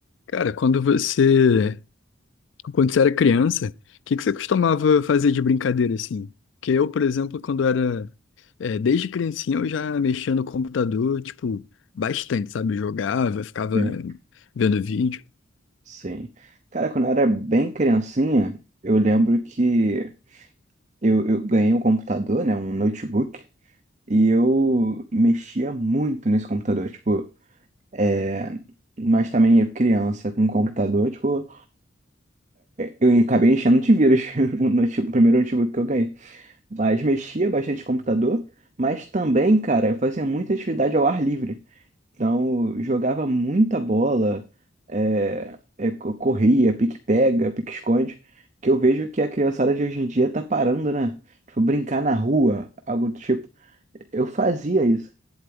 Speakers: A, on the left; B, on the right.
A: Cara, quando você, quando você era criança, o que que você costumava fazer de brincadeira assim? Porque eu, por exemplo, quando era, é, desde criancinha eu já mexia no computador, tipo, bastante, sabe? Eu Jogava, ficava
B: Sim.
A: vendo vídeo.
B: Sim. Cara, quando eu era bem criancinha, eu lembro que eu, eu ganhei um computador, né? Um notebook. E eu mexia muito nesse computador. Tipo, é... Mas também eu criança com computador, tipo, eu acabei enchendo de vírus <laughs> no note- no primeiro notebook que eu ganhei. Mas mexia bastante no computador, mas também, cara, eu fazia muita atividade ao ar livre. Então, eu jogava muita bola, é, é, co- corria, pique-pega, pique-esconde, que eu vejo que a criançada de hoje em dia tá parando, né? Tipo, brincar na rua, algo do tipo. Eu fazia isso,